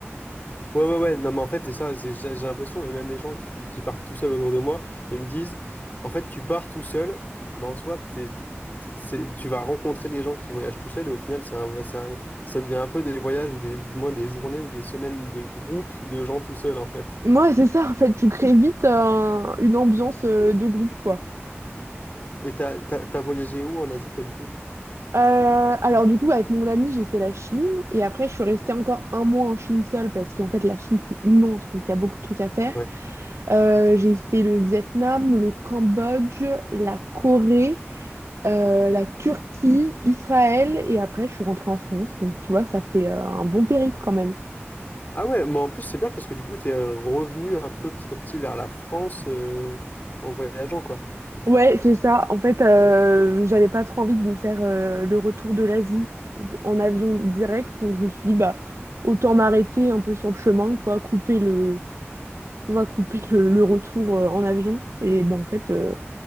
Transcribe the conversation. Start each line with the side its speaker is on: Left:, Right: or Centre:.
Left: Ouais, ouais, ouais, non, mais en fait, c'est ça, c'est- j'ai j'ai l'impression, et même les gens qui, qui partent tout seuls autour de moi, ils me disent, en fait, tu pars tout seul, mais en soi, t'es, t'es- c'est- tu vas rencontrer des gens qui voyagent tout seuls, et au final, c'est un, vo- c'est un- ça devient un peu des voyages, ou des, du moins des journées ou des semaines de groupe de gens tout seuls, en fait.
Right: Moi, c'est ça, en fait, tu crées vite euh, une ambiance euh, de groupe, quoi.
Left: Et t'as, t'as, t'as voyagé où en Asie, toi, du coup?
Right: Euh, alors du coup, avec mon ami, j'ai fait la Chine et après, je suis restée encore un mois en Chine seule parce qu'en fait, la Chine, c'est immense, donc il y a beaucoup de trucs à faire.
Left: Ouais.
Right: Euh, j'ai fait le Vietnam, le Cambodge, la Corée, euh, la Turquie, Israël et après, je suis rentrée en France. Donc tu vois, ça fait euh, un bon périple quand même.
Left: Ah ouais, mais en plus, c'est bien parce que du coup, t'es revenu un peu petit à petit vers la France, euh, en voyageant, quoi.
Right: Ouais, c'est ça. En fait, euh, j'avais pas trop envie de me faire euh, le retour de l'Asie d- en avion direct, donc je me suis dit, bah, autant m'arrêter un peu sur le chemin, quoi, couper le tu vois, couper le, le retour euh, en avion. Et ben, en fait, euh,